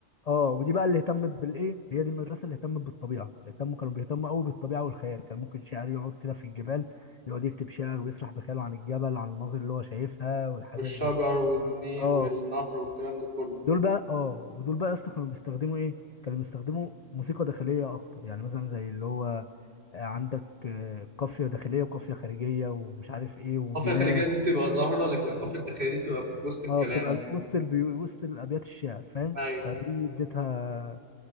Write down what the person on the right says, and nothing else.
والشجر
والني
والنهر والكلام ده كله
القافيه الخارجيه دي بتبقى ظاهره لكن القافيه الداخليه دي بتبقى في وسط الكلام
ايوه